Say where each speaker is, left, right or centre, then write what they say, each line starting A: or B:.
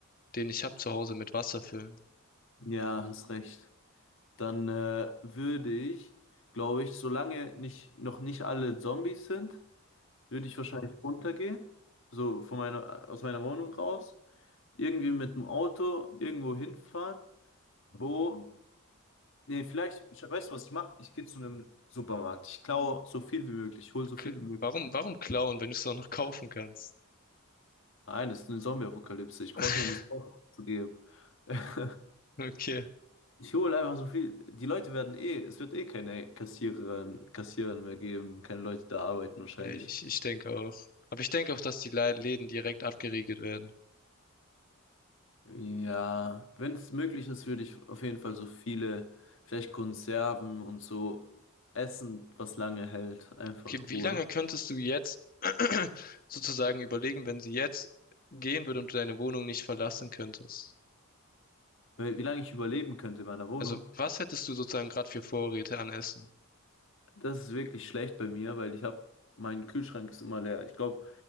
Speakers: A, on the left; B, on the left.
A: den ich habe zu Hause mit Wasser füllen.
B: Ja, hast recht. Dann äh, würde ich, glaube ich, solange nicht, noch nicht alle Zombies sind, würde ich wahrscheinlich runtergehen. So von meiner, aus meiner Wohnung raus. Irgendwie mit dem Auto irgendwo hinfahren, wo Nee, vielleicht, ich, weißt du, was ich mache? Ich gehe zu einem Supermarkt. Ich klaue so viel wie möglich. Ich hole so viel
A: K-
B: wie möglich.
A: Warum, warum klauen, wenn du es auch noch kaufen kannst?
B: Nein, das ist eine Zombie-Apokalypse. Ich brauche
A: <laughs>
B: ja nichts zu geben. <laughs>
A: Okay.
B: Ich hole einfach so viel. Die Leute werden eh, es wird eh keine Kassiererin, Kassierer mehr geben, keine Leute da arbeiten wahrscheinlich.
A: Ja, ich, ich denke auch. Aber ich denke auch, dass die Le- Läden direkt abgeriegelt werden.
B: Ja, wenn es möglich ist, würde ich auf jeden Fall so viele, vielleicht Konserven und so Essen, was lange hält, einfach
A: Okay, wie
B: holen.
A: lange könntest du jetzt <clears throat> sozusagen überlegen, wenn sie jetzt gehen würde und du deine Wohnung nicht verlassen könntest?
B: Weil, wie lange ich überleben könnte in meiner Wohnung.
A: Also, was hättest du sozusagen gerade für Vorräte an Essen?
B: Das ist wirklich schlecht bei mir, weil ich habe, mein Kühlschrank ist immer leer. Ich glaube,